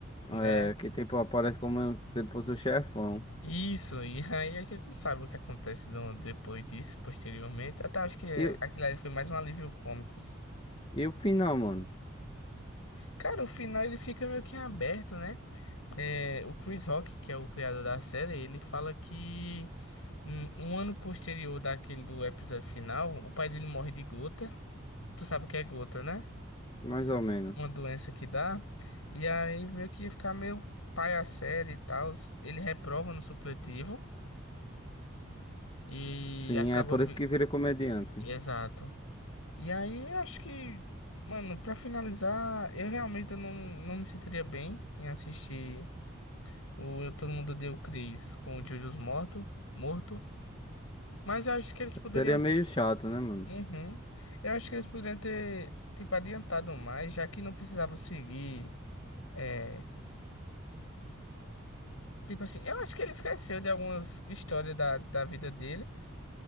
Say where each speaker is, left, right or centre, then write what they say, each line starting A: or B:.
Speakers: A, on the left; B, on the left.
A: né?
B: É, que tipo, aparece como se ele fosse o chefão.
A: Isso, e <laughs> aí a gente não sabe o que acontece do- depois disso, posteriormente. Até acho que é,
B: E,
A: aquilo ali foi mais um alívio cômico.
B: e o final, mano?
A: Cara, o final ele fica meio que em aberto, né? É, o Chris Rock, que é o criador da série, ele fala que hum, um ano posterior daquele do episódio final, o pai dele morre de gota. Tu sabe o que é gota, né?
B: Mais ou menos.
A: uma doença que dá, e aí meio que ia ficar meio pai a série e tal. Ele reprova no supletivo e
B: Sim,
A: acaba.
B: é por
A: vi-
B: isso que vira comediante.
A: Exato. E aí eu acho que, mano, pra finalizar, eu realmente não, não me sentiria bem em assistir o Eu Todo Mundo Odeia o Chris com o Julius morto, morto, mas eu acho que eles poderiam.
B: Seria meio chato, né, mano?
A: Uhum. Eu acho que eles poderiam ter, tipo, adiantado mais, já que não precisava seguir. É, Tipo assim, eu acho que ele esqueceu de algumas histórias da, da vida dele,